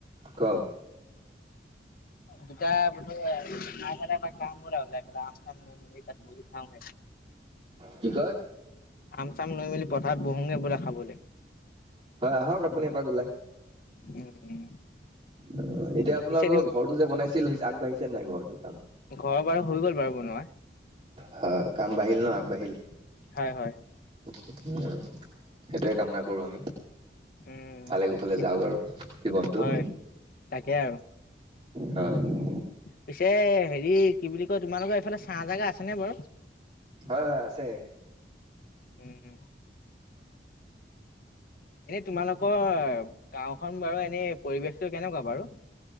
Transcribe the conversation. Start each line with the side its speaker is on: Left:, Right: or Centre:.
Right: কওঁক?
Left: দুটা বুলি <unintelligible> আম চাম লৈ মেলি তাত বহি খামগে।
Right: কি কয়?
Left: আম চাম লৈ মেলি পথাৰত বহোঙগে ব'লা খাবলে?
Right: হয়। আহক আপুনি এপাক ওলাই।
Left: উম,
Right: অ'! এতিয়া আপোনালোকৰ
Left: পিছে তুমি
Right: ঘৰটো যে বনাইছিল! হৈছে, আগবাঢ়িছে? চেনাই ঘৰটোক।
Left: ঘৰৰ বাৰু হৈ গ'ল বাৰু বনোৱা।
Right: হয় কাম বাঢ়িল ন আগবাঢ়িল।
Left: হয় হয়।
Right: উম সেইটোৱে কামনা কৰো আমি।
Left: উম,
Right: ভালে কুশালে
Left: পিছে
Right: যাওক আৰু জীৱনটো
Left: হয় তাকে আৰু
Right: হয়।
Left: পিছে হেৰি কি বুলি কয় তোমালোকৰ এইফালে ছাঁহ জাগা আছেনে বাৰু!
Right: হয় হয় আছে।
Left: উম। এনে তোমালোকৰ গাওখন বাৰু এনে পৰিবেশটো কেনেকুৱা বাৰু।